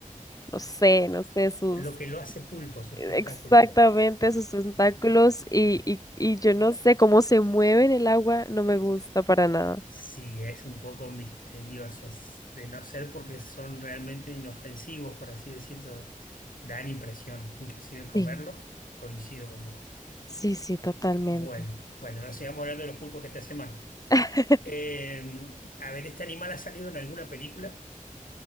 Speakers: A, on the left (about 25°); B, on the left (about 75°).
A: no sé, no sé, sus,
B: lo que lo hace pulpo, sus
A: eh,
B: tentáculos.
A: exactamente sus tentáculos y, y, y yo no sé cómo se mueve en el agua, no me gusta para nada.
B: Sí, es un poco misterioso, s- de no ser porque son realmente inofensivos, por así decirlo, dan impresión, inclusive comerlos,
A: Sí,
B: coincido con vos.
A: sí, sí, totalmente.
B: Bueno, bueno, no sigamos hablando de los pulpos que te hacen mal.
A: <laughs>
B: Eh, a ver, ¿este animal ha salido en alguna película?